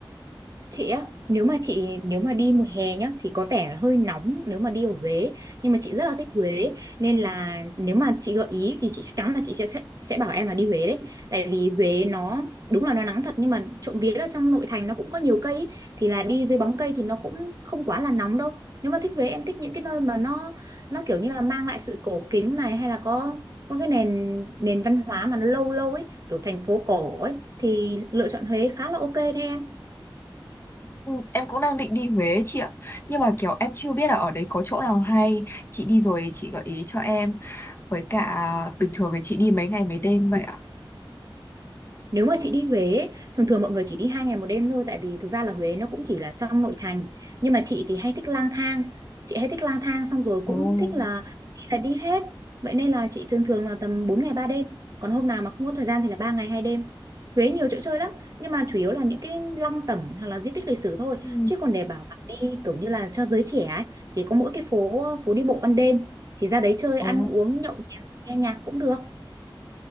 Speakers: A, on the right; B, on the left.
A: Chị á, nếu mà chị nếu mà đi mùa hè nhá thì có vẻ là hơi nóng nếu mà đi ở Huế, nhưng mà chị rất là thích Huế nên là nếu mà chị gợi ý thì chị chắc chắn là chị sẽ sẽ sẽ bảo em là đi Huế đấy. Tại vì Huế nó đúng là nó nắng thật nhưng mà trộm vía là trong nội thành nó cũng có nhiều cây ý. Thì là đi dưới bóng cây thì nó cũng không quá là nóng đâu. Nếu mà thích Huế em thích những cái nơi mà nó nó kiểu như là mang lại sự cổ kính này hay là có có cái nền nền văn hóa mà nó lâu lâu ấy, kiểu thành phố cổ ấy thì lựa chọn Huế khá là ok đấy em.
B: Ừ, em cũng đang định đi Huế ấy, chị ạ, nhưng mà kiểu em chưa biết là ở đấy có chỗ nào hay, chị đi rồi thì chị gợi ý cho em, với cả bình thường thì chị đi mấy ngày mấy đêm vậy ạ.
A: Nếu mà chị đi Huế, ấy, thường thường mọi người chỉ đi hai ngày một đêm thôi tại vì thực ra là Huế nó cũng chỉ là trong nội thành. Nhưng mà chị thì hay thích lang thang. Chị hay thích lang thang xong rồi
B: Ồ,
A: cũng thích là đi là đi hết. Vậy nên là chị thường thường là tầm 4 ngày 3 đêm. Còn hôm nào mà không có thời gian thì là 3 ngày 2 đêm. Huế nhiều chỗ chơi lắm, nhưng mà chủ yếu là những cái lăng tẩm hoặc là di tích lịch sử thôi.
B: ừ.
A: Chứ còn để bảo là đi kiểu như là cho giới trẻ ấy thì có mỗi cái phố phố đi bộ ban đêm thì ra đấy chơi
B: Ồ.
A: ăn uống nhậu nhẹt, nghe nhạc cũng được.